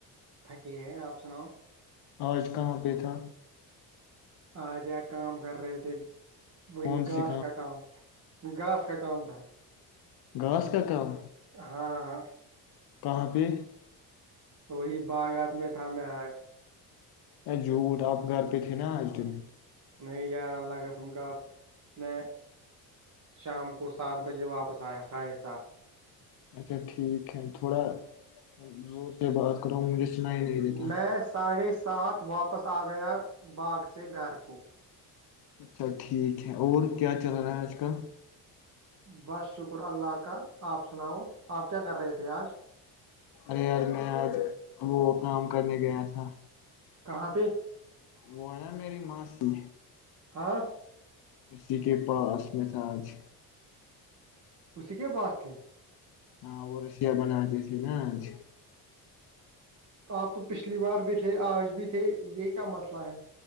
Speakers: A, on the right; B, on the left.
A: تھکے ہیں آپ سناؤ
B: آج کہاں پہ تھا
A: آ جا کام کر رہے تھے وہی
B: کون
A: گاس
B: سی
A: کا کام گاس کا کام تھا
B: گھاس کا کام
A: ہاں
B: کہاں پہ
A: وہی باغات میں تھا میں آج
B: ا جوھوٹ آب گھر پہ تھے نا آج دن
A: نئی گیارہ لگ تھم گاس میں شام کو سات بجے واپس آیا ساڑھے سات
B: اچھا ٹھیک ہے تھوڑا ر سے بات کر رہا ہوں مجھے سنائی نہیں دیتا
A: میں ساڑھے ساتھ واپس آ گیا باغ سے گھر کو
B: اچھا ٹھیک ہے اور کیا چل رہا ہے آج کل
A: بس شکر اللہ کا آپ سناؤ آپ کیا کر رہے تھے آج
B: ارر میں آج وہ کام کرنے گیا تھا
A: کہاں پہ
B: وہ ہے نا میری ماںسی
A: ہاں
B: اسی کے پاس میں تھا آج
A: اسی کے پاس تھے
B: ہاں وہ رشیا مان آج تھے نا آج
A: آپ تو پچھلی بار بھی تھے آج بھی تھے یہ کیا مسئلہ ہے